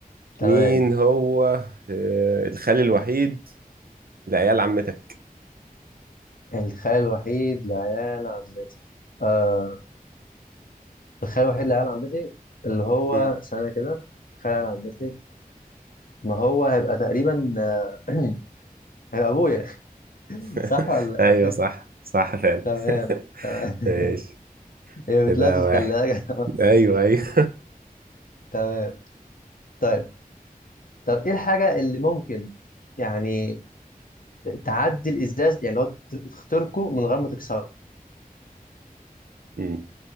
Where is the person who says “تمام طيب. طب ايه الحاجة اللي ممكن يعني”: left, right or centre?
Left